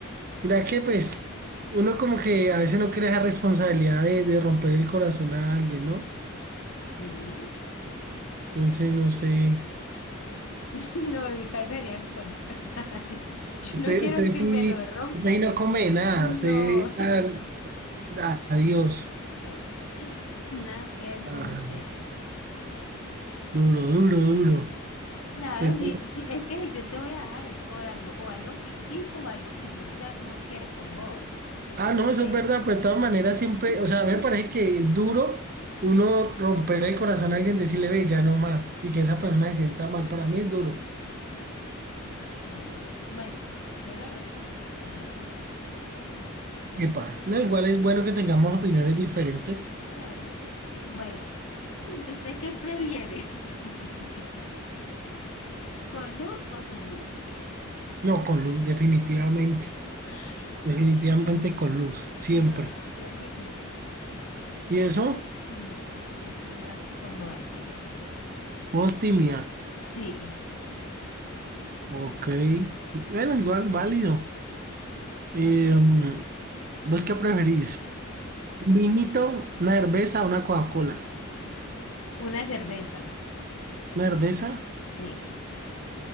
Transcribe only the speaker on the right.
mira que pues, uno como que a veces no quiere esa responsabilidad de, de romper el corazón a alguien, ¿no?
Entonces, no sé.
Usted,
usted
sí,
usted ahí no
come nada,
usted, ah, adiós,
Ah,
duro, duro, duro.
De to-
Ah, no, eso
es verdad, pero de todas maneras siempre,
o sea, a mí me parece que es duro uno romper el corazón a alguien, decirle, ve, ya no más, y que esa persona se sienta mal, para mí es duro.
Epa, no, igual es bueno que tengamos
opiniones diferentes.
No, con luz, definitivamente,
definitivamente con luz, siempre.
¿Y eso?
Vos, timia.
Ok, bueno, igual válido. Eh,
mm, ¿vos qué preferís? ¿Un vinito, una cerveza o una Coca-Cola?
¿Una cerveza?